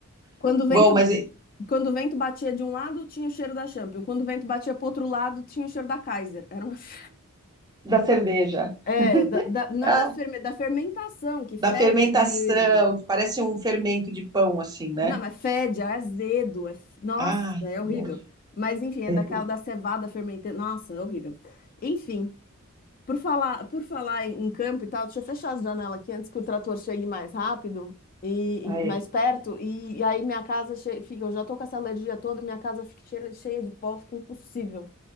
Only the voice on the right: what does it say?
Bom, mas e-
da cerveja,
ah,
da fermentação,
que parece um fermento de pão, assim, né?
Ah,
que
nojo.
É.
Ah,
é.